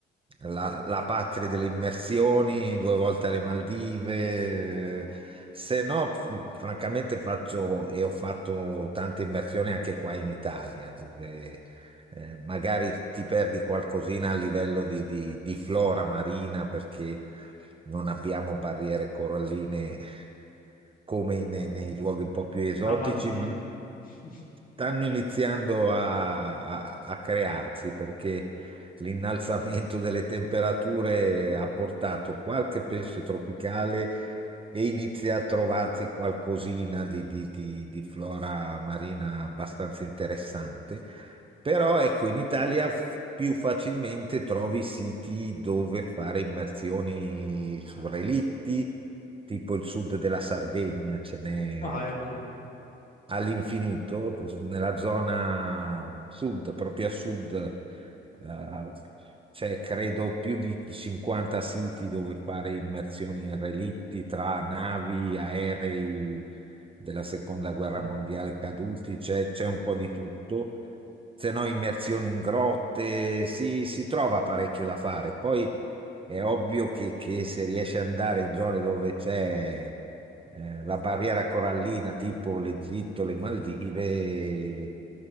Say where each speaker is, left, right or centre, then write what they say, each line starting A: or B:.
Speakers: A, on the right; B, on the left.
A: La, la patria delle immersioni, due volte alle Maldive. Se no, f- francamente faccio e ho fatto tante immersioni anche qua in Italia, dove eh, magari ti perdi qualcosina a livello di, di- di flora marina perché non abbiamo barriere coralline come nei,
B: mm.
A: nei luoghi un po' più esotici,
B: Da Maldive.
A: ma
B: <laughs>
A: stanno iniziando a, a- a crearsi perché l'innalzamento delle temperature ha portato qualche pesce tropicale e inizia a trovarsi qualcosina di, di- di- di flora marina abbastanza interessante. Però ecco, in Italia f- più facilmente trovi siti dove fare immersioni su relitti, tipo il sud della Sardegna, ce n'è
B: Ah, ecco.
A: all'infinito, nella zona sud, proprio a sud, eh, c'è credo più di di 50 siti dove fare immersioni in relitti tra navi, aerei della seconda guerra
B: Mhm.
A: mondiale caduti, c'è c'è un po' di tutto. Se no, immersioni in grotte, si, si trova parecchio da fare. Poi è ovvio che, che se riesci ad andare in zone dove c'è eh, la barriera corallina tipo l'Egitto, le Maldive,